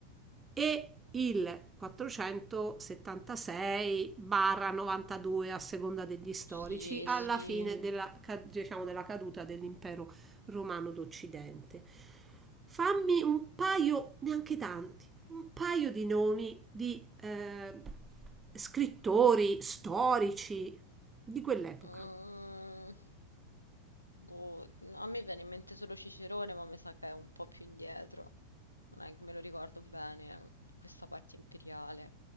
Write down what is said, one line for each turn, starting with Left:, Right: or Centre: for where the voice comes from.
Right: e il 476-92 a seconda degli storici
Left: Sì,
Right: alla
Left: sì.
Right: fine sì. della, ca- diciamo, della caduta dell'impero romano d'Occidente. Fammi un paio, neanche tanti, un paio di nomi di eh, scrittori, storici di quell'epoca.
Left: Mm, boh, a me viene in mente solo Cicerone, ma mi sa che è un po' più indietro. Non è che me lo ricordo bene, questa parte imperiale.